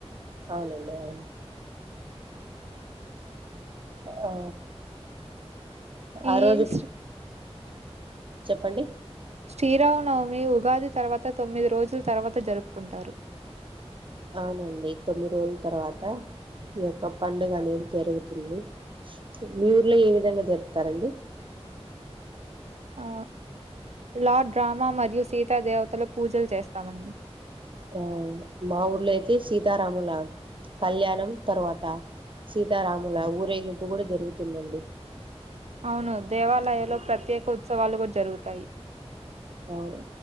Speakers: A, on the right; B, on the right.
A: అవునండి అవును ఆ
B: ఈ
A: ఆ రోజు
B: శ్రీ
A: చెప్పండి
B: శ్రీరామనవమి ఉగాది తర్వాత తొమ్మిది రోజుల తర్వాత జరుపుకుంటారు.
A: అవునండి తొమ్మిది రోజుల తర్వాత ఈ యొక్క పండుగ అనేది జరుగుతుంది. మీ ఊర్లో ఏ విధంగా జరుపుతారండి.
B: ఆ లార్డ్ రామా మరియు సీతా దేవతల పూజలు చేస్తామండి.
A: ఆ మా ఊర్లో అయితే సీతారాముల కళ్యాణం తర్వాత సీతారాముల ఊరేగింపు కూడా జరుగుతుందండి.
B: అవును దేవాలయలో ప్రత్యేక ఉత్స్ ఉత్సవాలు కూడా జరుగుతాయి
A: అవును